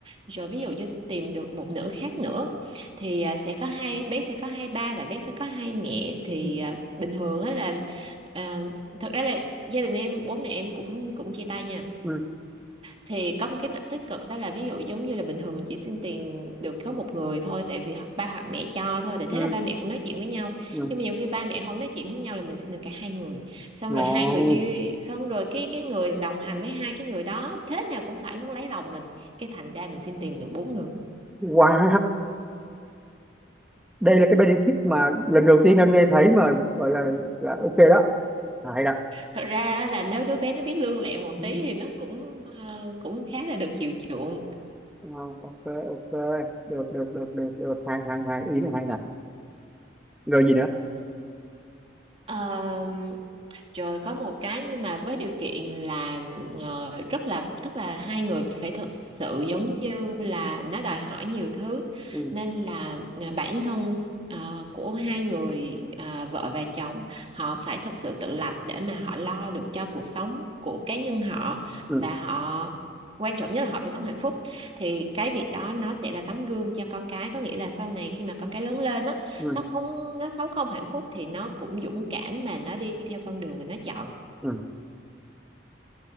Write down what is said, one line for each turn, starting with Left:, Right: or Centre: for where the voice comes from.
Right: Rồi ví dụ như tìm được một nửa khác nữa, thì ờ, sẽ có hai, bé sẽ có hai ba và bé sẽ có hai mẹ. Thì
Centre: ừ,
Right: ờ, bình thường á là ờ, thật ra là gia đình em bố mẹ em cũng cũng chia tay nha
Centre: ừ,
Right: thì có một cái mặt tích cực đó là ví dụ giống như là bình thường mình chỉ xin tiền được có một người thôi tại vì hoặc ba hoặc mẹ cho thôi thì thế
Centre: ừ,
Right: là ba mẹ cũng nói chuyện với nhau
Centre: ừ.
Right: nhưng mà nhiều khi ba mẹ không nói chuyện với nhau là mình xin được cả hai người xong
Centre: ngon
Right: rồi hai người kia xong rồi cái cái người đồng hành với hai cái người đó thế nào cũng phải muốn lấy lòng mình cái thành ra mình xin tiền được bốn người
Centre: wow đây là cái benefit mà lần đầu tiên anh nghe thấy mà gọi là là ok đó À, hay đó
Right: thật ra là nếu đứa bé nó biết lương lẹo một
Centre: ừ,
Right: tí thì nó cũng ờ, cũng khá là được chiều chuộng
Centre: wow, ok ok được được được được được hay hay hay ý là hay nè rồi gì nữa
Right: Ờ, rồi có một cái nhưng mà với điều kiện là ờ, rất là tức là hai người phải thật sự giống như là nó đòi hỏi nhiều thứ
Centre: ừ,
Right: nên là ờ, bản thân ờ, của hai người ờ, vợ và chồng họ phải thật sự tự lập để mà họ lo được cho cuộc sống của cá nhân họ
Centre: ừ,
Right: và họ quan trọng nhất là họ phải sống hạnh phúc thì cái việc đó nó sẽ là tấm gương cho con cái có nghĩa là sau này khi mà con cái lớn lên á
Centre: ừ,
Right: nó không nó sống không hạnh phúc thì nó cũng dũng cảm mà nó đi theo con đường mà nó chọn
Centre: ừ.